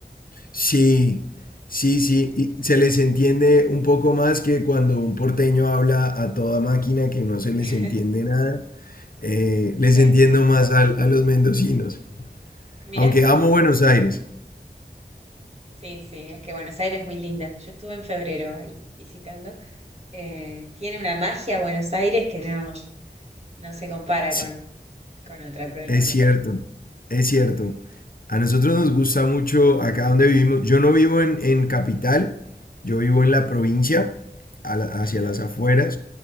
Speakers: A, on the left (about 55°); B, on the right (about 40°).
A: Sí, sí, sí, y se les entiende un poco más que cuando un porteño habla a toda máquina que no se les
B: <laughs>
A: entiende nada. Eh,
B: Sí.
A: les entiendo más al- a los mendocinos,
B: Mira.
A: aunque amo Buenos Aires.
B: Sí, sí, es que Buenos Aires es muy linda. Yo estuve en febrero ahí visitando. Eh, tiene una magia Buenos Aires que no, no se compara
A: Sí,
B: con, con otra provincia.
A: Es cierto, es cierto. A nosotros nos gusta mucho acá donde vivimos. Yo no vivo en, en capital, yo vivo en la provincia, a la- hacia
B: Ajá.
A: las afueras,